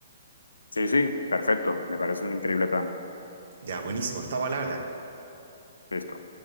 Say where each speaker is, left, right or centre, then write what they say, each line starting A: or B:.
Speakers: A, on the left; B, on the right.
A: sí, sí perfecto, me parece un increíble plan.
B: Ya, buenísimo, estamos al habla.
A: Listo.